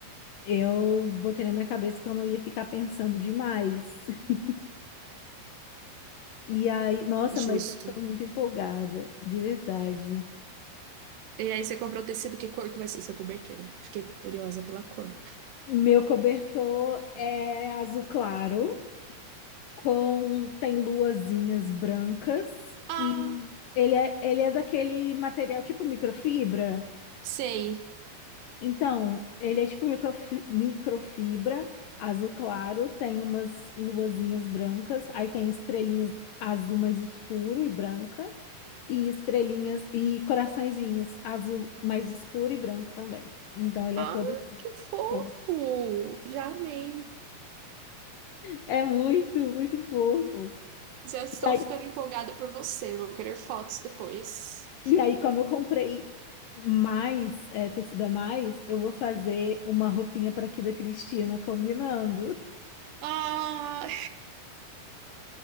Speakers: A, on the left; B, on the right.
A: eu botei na minha cabeça que eu não ia ficar pensando demais. <laughs> E aí, nossa,
B: justo.
A: mas eu estou muito empolgada, de verdade.
B: E aí você comprou o tecido, que cor que vai ser seu cobertor? Fiquei curiosa pela cor.
A: Meu cobertor é azul claro. com tem luazinhas brancas
B: Ah,
A: e ele é, ele é daquele material tipo microfibra.
B: sei.
A: Então, ele é tipo microfi- microfibra, azul claro, tem umas luazinhas brancas, aí tem estrelinhas azul mais escuro e branca, e estrelinhas e coraçõezinhos azul mais escuro e branco também. Então, ele
B: Ah,
A: é todo assim,
B: que fofo!
A: fofo.
B: Já amei.
A: É muito, muito fofo.
B: Já estou
A: E aí,
B: ficando empolgada por você. Vou querer fotos depois.
A: E aí, como eu comprei mais, é, tecido a mais, eu vou fazer uma roupinha para aqui da Cristina combinando.
B: Ah,